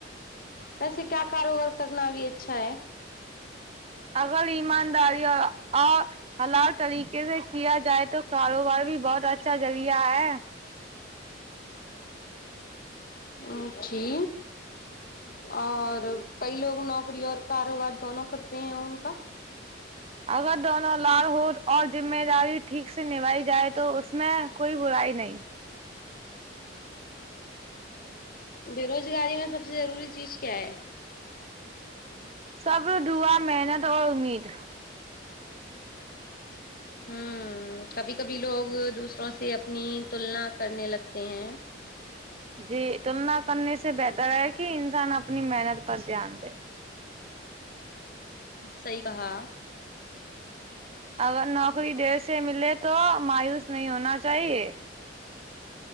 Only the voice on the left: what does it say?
ویسے کیا کاروبار کرنا ابھی اچھا ہے
اچھی اور کئی لوگ نوکری اور کاروبار دونوں کرتے ہیں ان کا
بے روزگاری میں سب سے ضروری چیز کیا ہے
ہوں کبھی کبھی لوگ دوسروں سے اپنی تلنا کرنے لگتے ہیں
صی کہااں